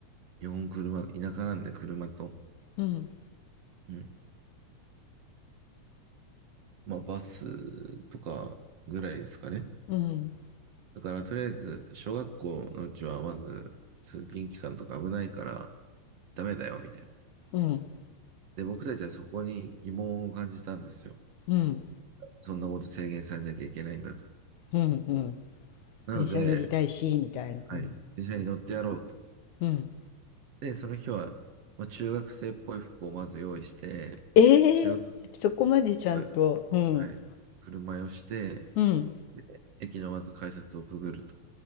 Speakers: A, on the right; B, on the left.
A: 基本車、田舎なんで車と、
B: うん、
A: うん。まあ、バスとかぐらいですかね。
B: うん、
A: だから、とりあえず、小学校のうちはまず、通勤期間とか危ないから、ダメだよ、みたいな。
B: うん、
A: で、僕たちはそこに疑問を感じたんですよ。
B: うん、
A: そんなこと制限されなきゃいけないんだと。
B: うん、うん。
A: なので、
B: 電車乗りたいし、みたいな。
A: はい、
B: うん、
A: 電車に乗ってやろうと。
B: うん。
A: で、その日は、まあ、中学生っぽい服をまず用意して、
B: ええそこまでちゃんと、
A: 中学っぽい、
B: うん、
A: はい、振る舞いをして、
B: うん、
A: で、駅のまず改札をくぐると。